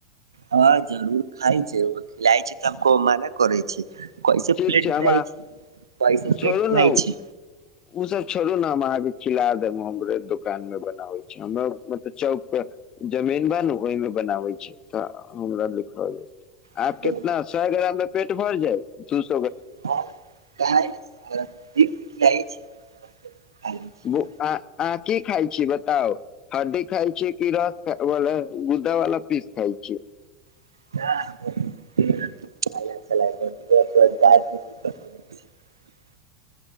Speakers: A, on the right; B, on the left.
A: हँ जरूर खाय छै ओ खिलाय छै तऽ हम कोउ मना करै छै कैसे
B: ठीक
A: प्लेट
B: छै हमरा
A: खिलाइ छै कैसे
B: छोड़ू
A: प्लेट खिलाय
B: ने
A: छै
B: उ सब छोड़ू ने हम अहाँ क खिला देब हमरे दुकान में बनाबय हमरा मतलब चौक पर जमीन बा नु ओहिमे बनाबै छी तऽ हमरा लिखा आब
A: और
B: कितना सए ग्राम मे पेट भर जाय दुस
A: हँ क नहि स छी। लै छी।
B: बो आ अहाँ की खाय छीयेई बताउ हड्दी खाय छी कि रस गुदा वला पीस खाय छी <inaudible>
A: <unintelligible> <unintelligible>